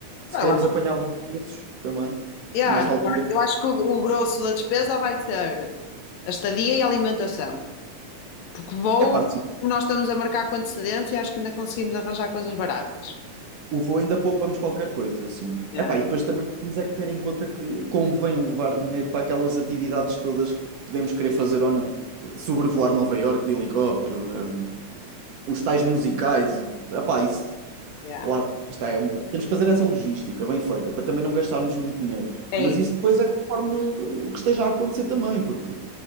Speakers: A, on the right (about 70°); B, on the left (about 75°).
A: Se
B: Eu
A: queremos
B: acho,
A: apanhar bons preços também,
B: yeah,
A: nesta altura,
B: eu acho que o, o grosso da despesa vai ser a estadia e a alimentação. Porque voos,
A: é pá,
B: nós estamos a marcar com antecedência e acho que ainda conseguimos arranjar coisas baratas.
A: O voo ainda poupamos qualquer coisa, assim.
B: Yeah,
A: Epá, e depois também temos é que ter em conta que convém levar dinheiro para aquelas atividades todas que podemos querer fazer ou não. Sobrevoar Nova Iorque de helicóptero, hum, os tais musicais. Epá, isso
B: yeah.
A: lá está. é uma- Temos que fazer essa logística bem feita para também não gastarmos muito dinheiro.
B: É
A: Mas isso
B: isso.
A: depois é conforme o que esteja a acontecer também, porque